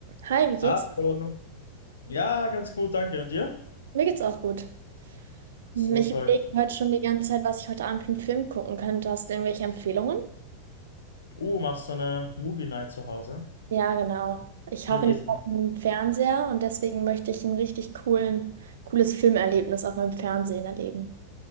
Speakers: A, on the right; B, on the left.
A: Hi, wie geht's?
B: Hallo. Ja, ganz gut, danke. Und dir?
A: Mir geht's auch gut.
B: Super.
A: Hm, Ich überlege heute schon die ganze Zeit, was ich heute Abend für einen Film gucken könnte. Hast du irgendwelche Empfehlungen?
B: Uh, machst du eine Movie Night zu Hause?
A: Ja, genau. Ich
B: Oder
A: hoffe,
B: gehst
A: ich habe
B: du?
A: einen Fernseher und deswegen möchte ich ein richtig coolen, cooles Filmerlebnis auf meinem Fernsehen erleben.